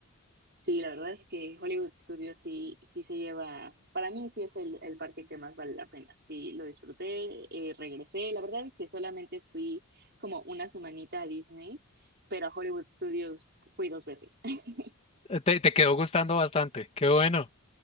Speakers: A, on the right; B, on the left.
A: Sí, la verdad es que Hollywood Studios sí, sí se lleva, para mí sí es el, el parque que más vale la pena. Sí, lo disfruté, eh, regresé. La verdad es que solamente fui como una semanita a Disney, pero a Hollywood Studios fui dos veces. <laughs>
B: Eh, Te, te quedó gustando bastante. Qué bueno.